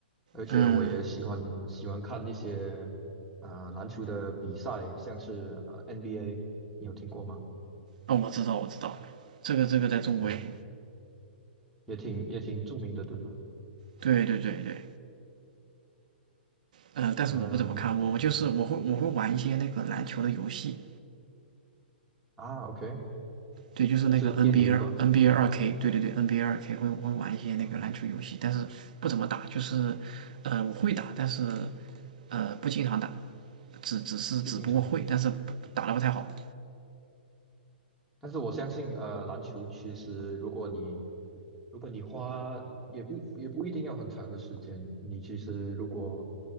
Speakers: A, in the centre; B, on the right.
A: 而且我也喜欢喜欢看一些啊、
B: 嗯，
A: 篮球的比赛，像是呃 NBA，你有听过吗？
B: 哦，我知道我知道，这个这个在中国也很
A: 嗯，也挺也挺著名的，对吗？
B: 对对对对。嗯、但是我不怎么看，
A: 嗯
B: 我我就是我会我会玩一些那个篮球的游戏。
A: 啊，OK，
B: 对，就是那个
A: 就是电游吧，
B: NBA NBA 二 K，对对对，NBA 二 K 会会玩一些那个篮球游戏，
A: 啊，
B: 但是不怎么打，就是呃我会打，但是呃不经常打，只只是只不过会，
A: 不经常打。
B: 但是打的不太好。
A: 但是我相信，呃，篮球其实如果你如果你花也不也不一定要很长的时间，你其实如果